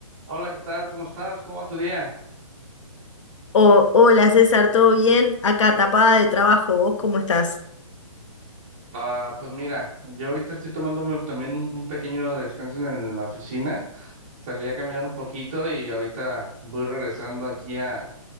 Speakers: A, on the right; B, on the left.
A: Hola, ¿qué tal? ¿Cómo estás? ¿Cómo va tu día?
B: O, hola César, ¿todo bien? Acá tapada de trabajo, ¿vos cómo estás?
A: Ah, pues mira, yo ahorita estoy tomándome también un un pequeño descanso en la oficina. Salí a caminar un poquito y ahorita voy regresando aquí a,